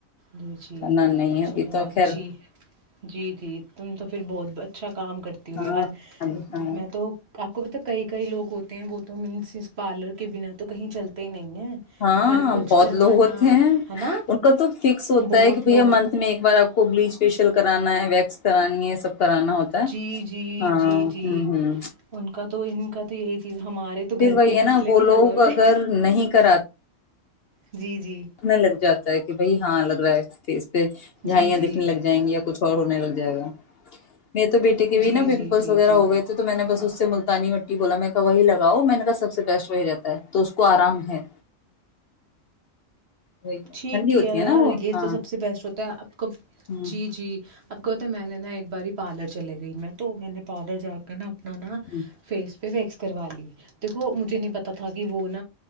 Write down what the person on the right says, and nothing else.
جی جی
چلو
اچھی
جی جی تم تو پھر بہت اچھا کام کرتی ہوں
یار
میں تو آپ کو پتا کئی کئی لوگ ہوتے ہیں وہ تو مس اس پارلر کے بنا تو کہیں چلتے ہی نہیں ہیں
ہر کچھ
کروانا
ہے نا
بہت
لوگ
جی جی
جی
جی
ان کا تو ان کا تو یہی چیز ہمارے تو
گھر
کے مسئلے
نہیں
حل ہوتے
جی جی
جی
جی
جی
جی
جی
جی
ٹھیک
ہے یار
یہ
تو سب سے بیسٹ ہوتا ہے آپ کب
جی جی اب کہتے ہیں میں نے نا ایک باری پارلر چلے گئی میں تو میں نے پارل جا کر نا ن نا
فیس پہس کروا لی دیکو مجھے نہیں پتا تھا یہ وہون